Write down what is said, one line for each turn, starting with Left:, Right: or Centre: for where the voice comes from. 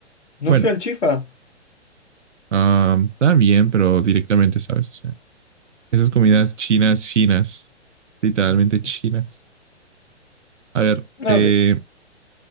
Left: No
Right: Bueno,
Left: soy al chifa
Right: ah, está bien, pero directamente, ¿sabes? O sea, esas comidas chinas, chinas. Literalmente
Left: No.
Right: chinas. A ver,
Left: Ah,
Right: eh,
Left: ok.